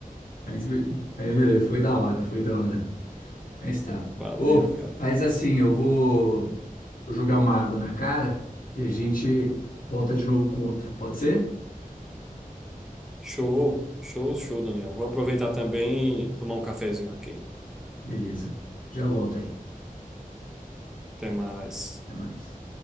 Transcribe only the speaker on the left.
Mas, be- aí, beleza, foi da hora, foi da hora. Mas tá.
Ô, faz
assim, eu vou vou jogar uma água na cara e a gente volta de novo com outra, pode ser?
Beleza, já volto aí,
até mais.